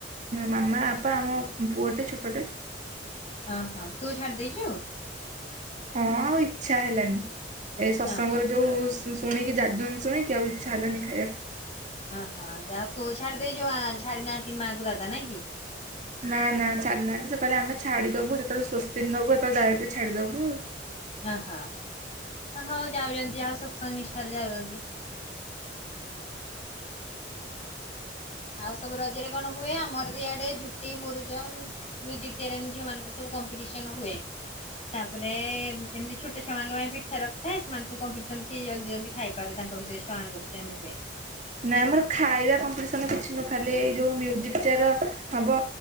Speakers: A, on the right (about 45°); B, on the left (about 40°).
A: ମାମା ବାପା ଆମ ପୁଅଟେ ଛୋଟଟେ।
B: ଓହୋ, ତୁ ଛାଡି ଦେଇଛୁ?
A: ହଁ ଆଉ ଇଛା ହେଲନି, ଏଇ ଶତ୍ସଙ୍ଗର
B: ଓହୋ।
A: ଯୋଉ ଶୁଣିକି <inaudible> ଶୁଣିକି ଆଉ ଇଚ୍ଛା ହେଲଖନି ଖାଇବାକୁ।
B: ଓହୋ ଯାଅ ତୁ ଛାଡିଦେଇଛୁ ଛାଡି ନାହାନ୍ତି ମା କୁ ଦାଦା ନାଇଁ କି?
A: ନା ନା ଛାଡିନାହାନ୍ତି ସେ କହିଲେ ଆମେ ଛାଡିଦବୁ ଯେତେବେଳେ ସ୍ୱସ୍ତିନ୍ ନବୁ ସେତେବେଳେ ଯାଇକି ଛାଡିଦବୁ
B: ଓହ ହଉ ଯାଉଛନ୍ତି ଯା ହଉ ସତ୍ସଙ୍ଗ ନିଷ୍ଠାରେ ଯାଉଛନ୍ତି। ଆଉ ସବୁ ରଜରେ କଣ ହୁଏ ଆମର ତ ଇଆଡେ ଝୋଟି ମୁରୁଜ ମ୍ଯୁଜିକ୍ ଚେୟାର ଝିଅ ମାନଙ୍କର ସବୁ କମ୍ପିଟିସନ ହୁଏ। ତାପରେ ଏମିତି ଛୋଟ ଛୁଆଙ୍କ ପାଇଁ ପିଠା ରଖିଥାଏ ସେମାନେ ସବୁ କମ୍ପିଟିସନ କିଏ ଜଲ୍ଦି ଜଲ୍ଦି ଖାଇ ତାଙ୍କ ଭିତରେ ଛଆମାନଙ୍କ ଭିତରେ ଏମତି ହୁଏ।
A: ନା ଆମର ଖାଇବା କମ୍ପିଟିସନ କିଛି ନୁହଁ ଖାଲି ଏଇ ଯୋଉ ମ୍ଯୁଜିକ୍ ଚେୟାର ହବ